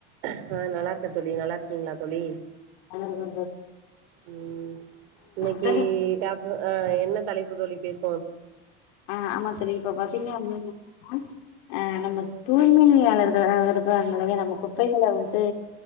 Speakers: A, on the right; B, on the left.
A: ஆ நல்லாருக் ட்ட தோழி நல்லா இருக்கீங்களா தோழி
B: தோழி
A: ம் இன்னைக்கு
B: தோழி
A: டாப்பு ஆ என்ன தலைப்பு தோழி பேஸ்
B: ஆ ஆமா தோழி இப்ப பாத்தீங்க அப்டினாக்கா அ நம்ம தூய்மையாளர்களா வருப் வருவாங்க இல்லையா நம்ம குப்பைகள வந் து